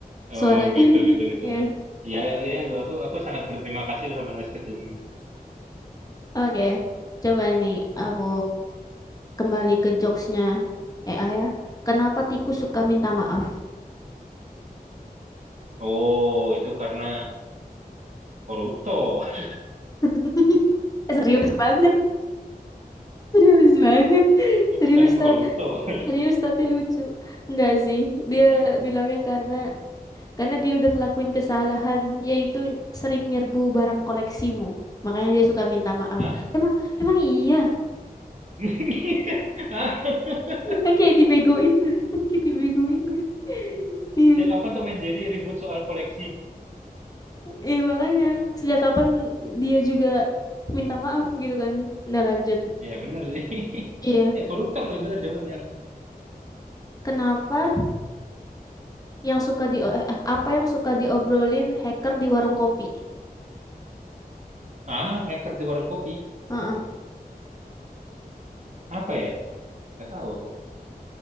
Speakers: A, on the right (about 50°); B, on the left (about 25°).
A: Oh,
B: suaranya. <laughs>
A: gitu gitu gitu.
B: Iya.
A: Iya, iya lu aku aku sangat berterima kasih lu sama Noise Kecilnya.
B: Oke, coba nih aku Kembali ke jokesnya eh ya. Kenapa tikus suka minta maaf?
A: Oh, itu karena korupto. <laughs>
B: <laughs> Serius banget, serius banget, serius
A: Karena koruptor.
B: tau. Serius tapi lucu. Enggak sih.
A: Hmm.
B: Dia bilangnya karena karena dia udah ngelakuin kesalahan yaitu sering nyerbu barang koleksimu. Makanya dia suka minta maaf.
A: Hah?
B: Emang emang iya.
A: <laughs> Hah?
B: Kan kayak dibegoin. <laughs> Mungkin dibegoin. nggak? Iya.
A: Sejak kapan Tom and Jerry ribut soal koleksi?
B: Iya makanya sejak kapan dia juga minta maaf gitu kan. Udah lanjut.
A: Ya bener sih. <laughs>
B: Iya,
A: Ya koruptor paling bener jawabannya harusnya.
B: kenapa yang suka di eh, eh, apa yang suka diobrolin hacker di warung kopi?
A: Ah, hacker di warung kopi.
B: Heeh.
A: Apa ya? Gak tahu aku.